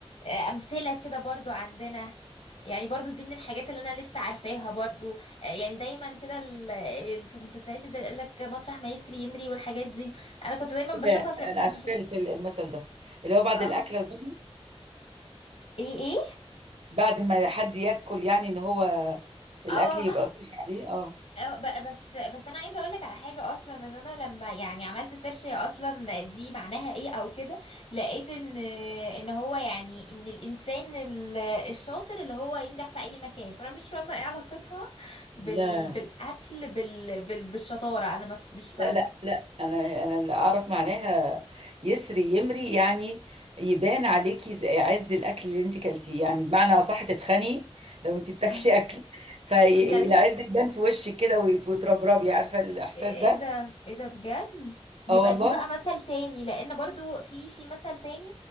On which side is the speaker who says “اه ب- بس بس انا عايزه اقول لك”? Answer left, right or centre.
Left